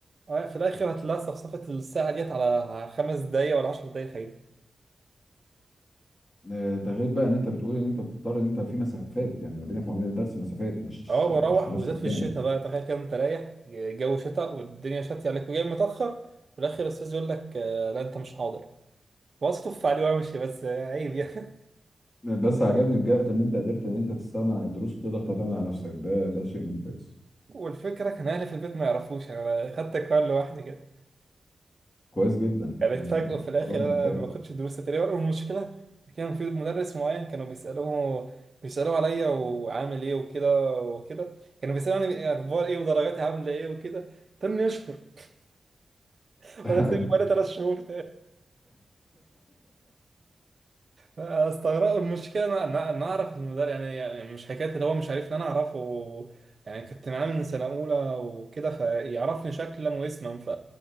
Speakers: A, on the right (about 55°); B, on the left (about 35°).
A: آه، في الاخر هتلاقي صفصفه الساعه ديت على خمس دقايق ولا عشر دقايق فايده
B: آه، ده غير بقى ان انت بتقول ان انت بتضطر ان انت في مسافات يعني ما بينك وما بين الدرس مسافات مش
A: اه بروح
B: مش في نفس
A: وزاد
B: مكانك
A: في الشتاء بقى تخيل كده انت رايح جو شتاء والدنيا شتي عليك وجاي متاخر في الاخر الاستاذ يقول لك آه، لا انت مش حاضر واصطف عليه وامشي بس آه، عيب يعني
B: بس عجبني بجد ان انت قدرت ان انت تستغنى عن الدروس وتقدر تعتمد على نفسك ده ده شيء ممتاز
A: والفكرة كان أهلي في البيت ما يعرفوش يعني أنا خدت أكوان لوحدي كده
B: كويس جدا
A: يعني
B: يعني
A: اتفاجئوا في الآخر
B: قرار
A: أنا
B: ممتاز
A: ما باخدش دروس تقريبا والمشكلة كان في مدرس معين كانوا بيسألوه بيسألوه عليا وعامل إيه وكده وكده كانوا بيسألوني أخبار إيه ودرجاتي عاملة إيه وكده تاني يشكر <laughs> وأنا
B: <laughs> أيوة.
A: سايبه بقالي تلات شهور استغرب المشكله انا انا أنا اعرف المدرب يعني يعني مش حكايه اللي هو مش عارف ان انا اعرفه يعني كنت معاه من سنه اولى وكده فيعرفني شكلا واسما ف